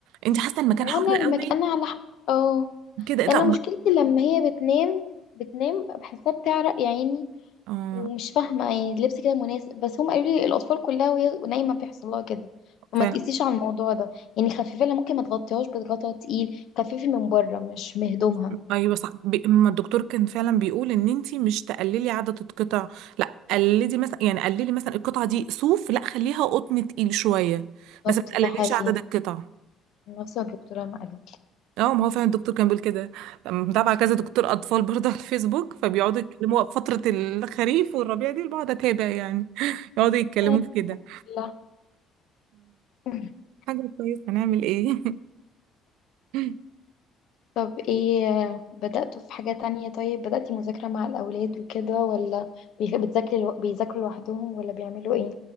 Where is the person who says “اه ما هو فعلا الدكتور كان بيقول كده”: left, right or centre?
Right